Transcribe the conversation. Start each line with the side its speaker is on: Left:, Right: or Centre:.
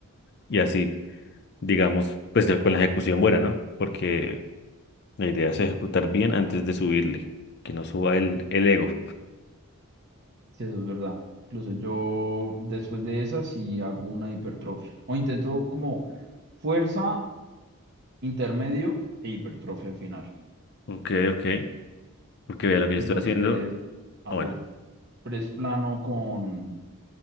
Left: Y así, digamos, pues ya con la ejecución buena, ¿no? Porque la idea es ejecutar bien antes de subirle, que no suba el, el ego.
Right: Sí, eso es verdad. Incluso yo después de esa sí hago una hipertrofia. O intento como fuerza, intermedio e hipertrofia al final.
Left: Ok, ok. Porque vea lo que yo
Right: Entonces
Left: estoy haciendo.
Right: hago
Left: ah, Bueno,
Right: press plano con,